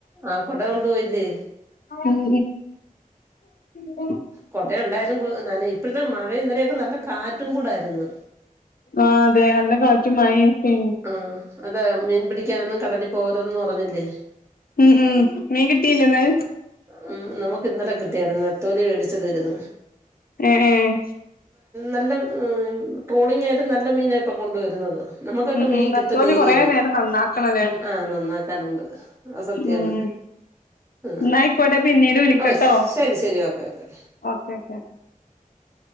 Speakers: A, on the right; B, on the left.
A: ആ കൊട കൊണ്ടുപോയില്ലേ
B: ഉം ഉം
A: കൊട ഉണ്ടായാലും നനയും ഇപ്പോഴത്തെ മഴ ഇന്നലെയൊക്കെ നല്ല കാറ്റും കൂടാരുന്നു
B: ആ അതെ നല്ല കാറ്റും മഴയും ഒക്കെയാണ്
A: ആഹ അതെ മീൻ പിടിക്കാനൊന്നും കടലിൽ പോരന്നും പറഞ്ഞില്ലേ
B: ഉം ഉം മീൻ കിട്ടിയില്ലേ ഇന്ന്
A: ഉ നമുക്ക് ഇന്നലെ കിട്ടിയായിരുന്നു നെത്തോലി വേടി <unintelligible>
B: ഏഹ് ഏഹ്
A: നല്ല ട്രോളിങ് ആയാലും നല്ല മീനപ്പോ കൊണ്ടുവരുന്നത് നമുക്കൊക്കെ
B: ഉം
A: മീൻ
B: ഉം നത്തോലി
A: കിട്ടുന്ന ഏരിയണ്
B: കൊറേ നേരം നന്നാക്കണല്ലേ
A: ആഹ നന്നാക്കാനുണ്ട് അത് സത്യാണ്
B: ഉം
A: ഉ
B: എന്നാ ആയിക്കോട്ടെ പിന്നീട് വിളിക്കട്ടോ
A: ഓ ശരി ശരി ഓക്കെ ഓക്കെ
B: ഓക്കെ <inaudible>